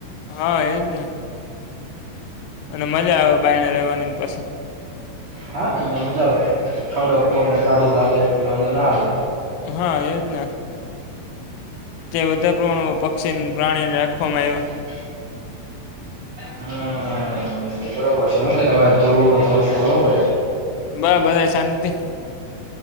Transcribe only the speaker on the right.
હા અહયા મજા આવે ઠંડક પોર ને ટાઢું લાગે એટલે વાંધો ના આવે.
<unintelligible> હમ બરોબર છે શું કે તમારા ધ્રુવ તમારો છોકરો શું કરે.